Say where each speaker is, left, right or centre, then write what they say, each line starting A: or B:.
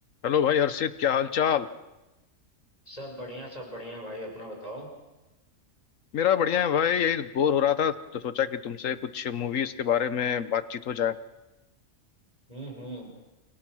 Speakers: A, on the left; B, on the left.
A: Hello भाई हर्षित क्या हाल चाल
B: सब बढ़िया सब बढ़िया भाई अपना बताओ
A: मेरा बढ़िया है भाई यही बोर हो रहा था तो सोचा कि तुमसे कुछ मूवीज के बारे में बातचीत हो जाए
B: हम्म हम्म